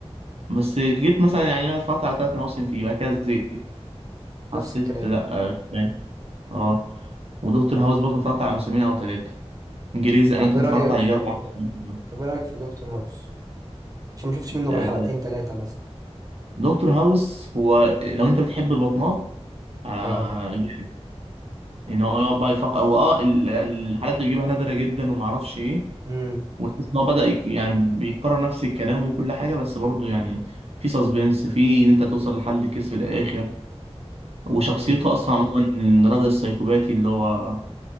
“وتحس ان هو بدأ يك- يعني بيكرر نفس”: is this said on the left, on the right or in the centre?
Right